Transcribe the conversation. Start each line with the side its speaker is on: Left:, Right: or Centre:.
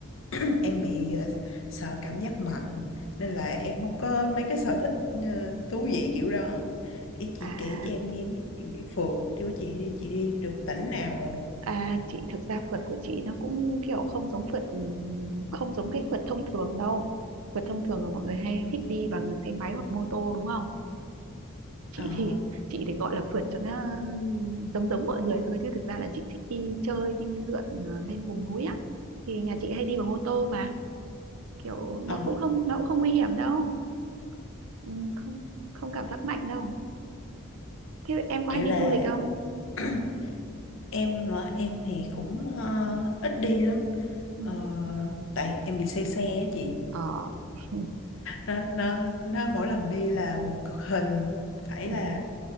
Left: <clears throat> em bị ờ, sợ cảm giác mạnh nên là em không có mấy cái sở thích ờ, thú vị kiểu đó Ý chị
Right: à
Left: kể cho em nghe mấy chuyện đi phượt chứ chị đi chị đi được tỉnh nào rồi
Right: à chị thực ra phượt của chị nó cũng kiểu không giống phượt ừ, không giống cái phượt thông thường đâu phượt thông thường là mọi người hay thích đi bằng xe máy hoặc mô tô đúng không chị
Left: ờ
Right: thì chị thì gọi là phượt cho nó giống giống mọi người thôi chứ thực ra là chị thích đi chơi đi lượn ờ, lên vùng núi á thì nhà chị hay đi bằng ô tô mà kiểu nó
Left: ờ
Right: cũng không nó cũng không nguy hiểm đâu ừ, không không cảm giác mạnh đâu thế em có
Left: kiểu
Right: hay đi
Left: là
Right: du lịch không
Left: <clears throat> em mà em thì cũng ờ, ít đi lắm
Right: ừ.
Left: Ờ, tại em bị say xe á chị
Right: ờ <laughs>
Left: nó nó nó mỗi lần đi là một cực hình phải
Right: ừ.
Left: là